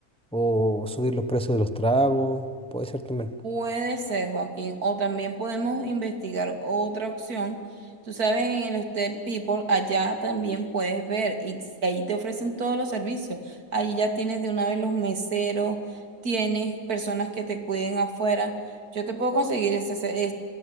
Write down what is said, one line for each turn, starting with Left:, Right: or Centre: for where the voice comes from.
Centre: o subir los precios de los tragos, puede ser también.
Right: Puede ser, Joaquín, o también podemos investigar otra opción. Tú sabes, en el Hotel People, allá también puedes ver y s- ahí te ofrecen todos los servicios. Ahí ya tienes de una vez los meseros, tienes personas que te cuiden afuera. Yo te puedo conseguir ese, ese